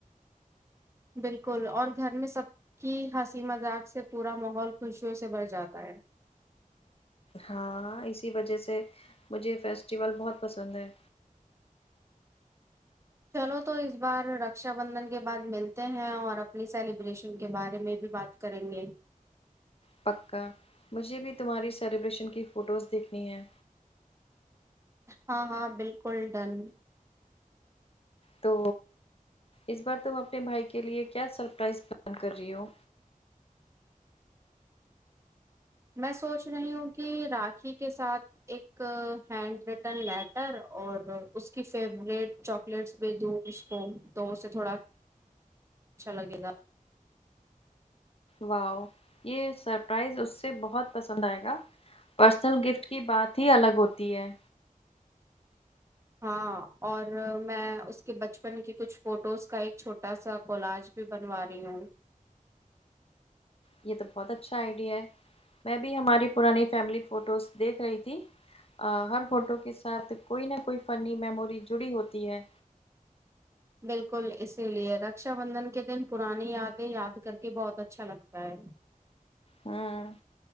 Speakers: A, on the right (about 20°); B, on the left (about 40°).
A: بالکل اور گھر میں سب کی ہنسی مذاق سے پورا ماحول خوشیوں سے بر جاتا ہے
B: ہاں اسی وجہ سے مجھے فیسٹیول بہت پسند ہے
A: چلو تو اس بار رکشا بندھن کے بعد ملتے ہیں اور اپنی سیلیبریشن کے بارے میں بھی بات کریں گے
B: پکا مجھے بھی تمہاری سیلیبریشن کی فوٹوز دیکھنی ہے
A: ہاں ہاں بالکل ڈن
B: تو اس بار تم اپنے بھائی کے لیے کیا سرپرائز پلان کر رہی ہو
A: میں سوچ رہی ہوں کہ راکھی کے ساتھ ایک ہینڈ رائ ٹن لیٹر اور اس کی فیورٹ چاکلیٹس بھی دوں اس کو تو اسے تھوڑا اچھا لگ گا
B: واؤ یہ سرپرائز اس سے بہت پسند آئے گا پرسنل گفٹ کی بات ہی الگ ہوتی ہے
A: ہاں اور میں اس کے بچپن کی کچھ فوٹوز کا ایک چھوٹا سا کلاج بھی بنوا رہی ہوں
B: یہ تو بہت اچھا آئیڈیا ہے میں بھی ہماری پرانی فیملی فوٹوز دیکھ رہی تھی ہر فوٹو کے ساتھ کوئی نہ کوئی فنی میموری جڑی ہوتی ہے
A: بالکل اسی لیے رکشا بندھن کے دن پرانی یادیں یاد کر کے بہت اچھا لگتا ہے
B: ہوں